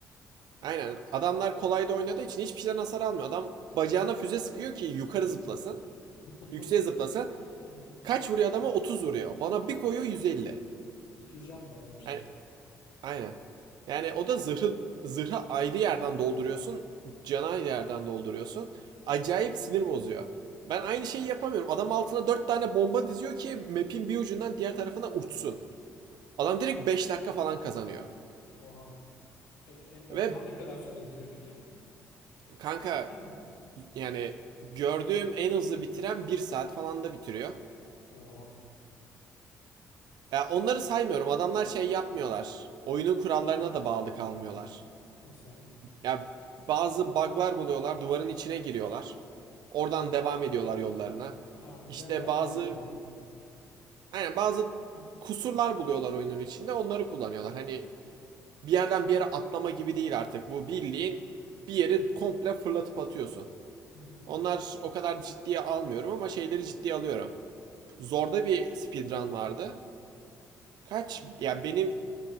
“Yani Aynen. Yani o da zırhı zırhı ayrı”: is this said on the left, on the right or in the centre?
Right